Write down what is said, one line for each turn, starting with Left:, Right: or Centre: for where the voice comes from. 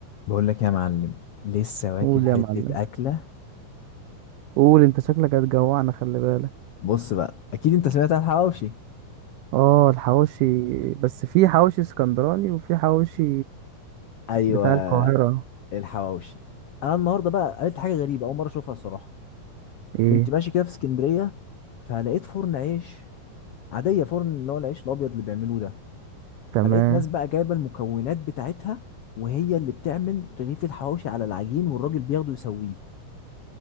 Left: بقول لك يا معلم لسه واكل
Right: قول
Left: حتة
Right: يا معلم
Left: أكلة
Right: قول انت شكلك هتجوعنا خلي بالك
Left: بص بقى أكيد أنت سمعت عن الحواوشي
Right: اه الحواوشي بس في حواوشي اسكندراني وفي حواوشي
Left: أيوه
Right: بتاع القاهرة
Left: الحواوشي أنا النهاردة بقى قلت حاجة غريبة أول مرة أشوفها الصراحة
Right: ايه
Left: كنت ماشي كده في اسكندرية فلقيت فرن عيش عادية فرن اللي هو العيش الأبيض اللي بيعملوه ده
Right: تمام
Left: فلقيت ناس بقى جايبة المكونات بتاعتها وهي اللي بتعمل رغيف الحواوشي على العجين والراجل بياخده يسويه